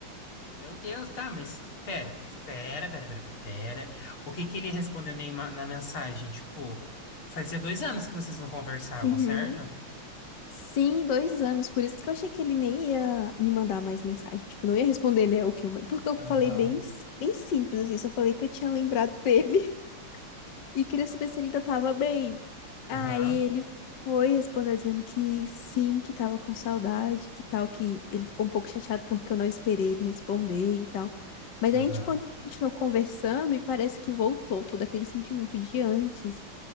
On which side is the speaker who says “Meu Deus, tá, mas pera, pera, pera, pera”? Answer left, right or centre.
Left